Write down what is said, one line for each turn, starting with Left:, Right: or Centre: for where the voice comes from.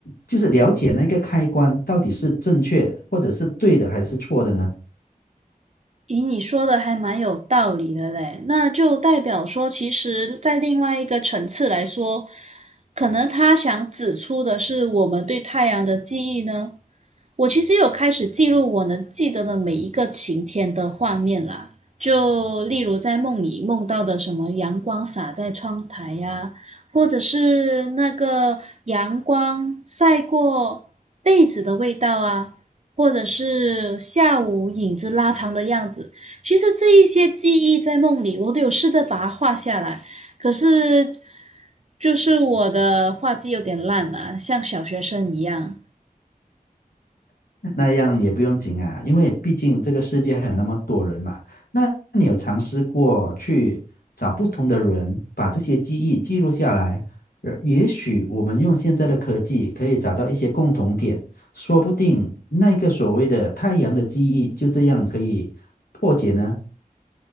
Left: 就是了解那个开关到底是正确或者是对的还是错的呢？
Right: 咦，你说的还蛮有道理的嘞，那就代表说，其实，在另外一个层次来说，可能他想指出的是我们对太阳的记忆呢。我其实有开始记录我能记得的每一个晴天的画面啦，就例如在梦里梦到的什么阳光洒在窗台呀、或者是那个阳光晒过被子的味道啊，或者是下午影子拉长的样子。其实这一些记忆在梦里，我都有试着把它画下来，可是就是我的画技有点烂了，像小学生一样。
Left: 那样也不用紧啊，因为毕竟这个世界还有那么多人嘛。那你有尝试过去找不同的人，把这些记忆记录下来？呃也许我们用现在的科技可以找到一些共同点，说不定那个所谓的太阳的记忆就这样可以破解呢。